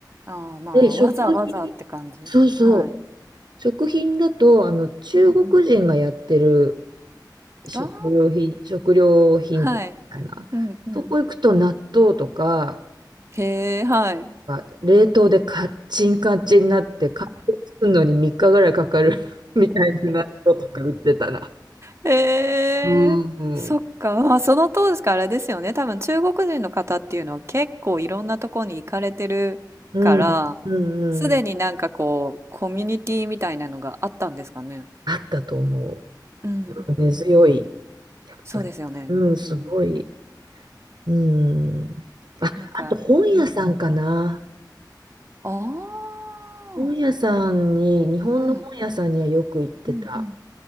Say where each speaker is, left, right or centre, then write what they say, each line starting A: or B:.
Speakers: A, on the right; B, on the right.
A: ああ、まあ、
B: で、食品、
A: わざわざって感じ。
B: そうそう、
A: はい。
B: 食品だと、あの、中国人がやってる
A: うんうん。
B: 食料品、
A: ああ、
B: 食料品店みたいな、
A: はい。うんうん。
B: そこ行くと納豆とか、
A: へえ、はい。
B: あ冷凍でカッチンカチンになって、解凍するのに3日ぐらいかかる <laughs> みたいな納豆とか売ってたな。
A: へえ、
B: うん。うん、
A: そっか。まあ、その当時からですよね、多分中国人の方っていうのは結構いろんなとこに行かれてるから、
B: うんうんうん。
A: すでになんかこう、コミュニティみたいなのがあったんですかね。
B: あったと思
A: うんうんうん。
B: う。根強い、やっぱり。
A: そうですよね。
B: うん、すごい。
A: うん。
B: うん。あ、
A: なんかうん。
B: あと本屋さんかな。
A: ああ、
B: 本屋さんに、日本の本屋さんにはよく行ってた。
A: はい。うんうん。